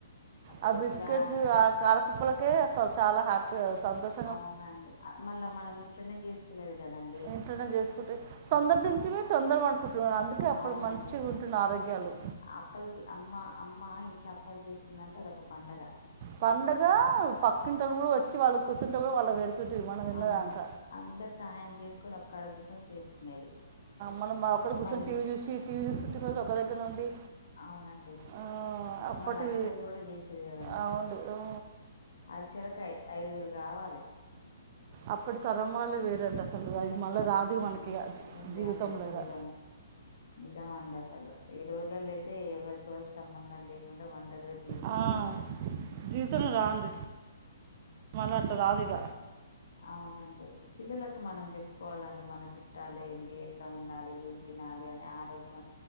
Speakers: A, on the left; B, on the right.
A: అసలు
B: ఆ
A: ఎట్లా
B: బిస్కెట్స్ ఆ కారపప్పులకే చాలా హ్యాపీ సంతోష
A: అవునండి మళ్ళా మనం <unintelligible> చేసుకునేది కదం
B: ఇంట్లోనే చేసుకుంటే తొందర దంచివి తొందరమ అనుకుంటున్నానీ అందుకే అప్పుడు
A: అవునండి
B: మంచి <unintelligible> ఆరోగ్యాలు
A: అప్పలు అమ్మ అమ్మ ఇంట్లో అప్పలు చేస్తుందంటే అదొక పండగ
B: పండగ పక్కింటోలు కూడా వచ్చి వాళ్ళు కూర్చంట కూడా వాళ్ళ పెడుతుంటే మనం విన్నదాంక
A: అవును అందరు సహాయం చేసుకొని ఒక <unintelligible> చేసుకునేది
B: మనం ఒకరు కూర్చొని
A: మళ్ళీ
B: టీవీ చూసి టీవీ చూసి ఉట్టిన్న ఒకరి దగ్గర ఉండి
A: అవునండి
B: ఆ అప్పటి
A: మళ్ళీ అరిసెలు కూడా చేసేది కదండి
B: అవును ఉ
A: <unintelligible> ఐదుగురు కావాలి
B: అప్పుడు తరం వాళ్ళు వేరంట <unintelligible> మళ్ళీ రాదు
A: అవును
B: మనకి
A: మంచిగా ఉంది
B: జీవితంలోగా
A: అండి జీవితము నిజం అండి అసలు ఈ రోజులలో అయితే ఎవ <unintelligible> <unintelligible> సంబంధాలు లేకుండా ఒంటరిగా జీవిస్తారండి
B: ఆ, <unintelligible> మళ్ళ అట్ల రాదిగా
A: అవునండి పిల్లలకు మనం చెప్పుకోవాలండి మన చుట్టాలు ఏంది ఎట్లా ఉండాలి తినాలి అని ఆరోగ్యం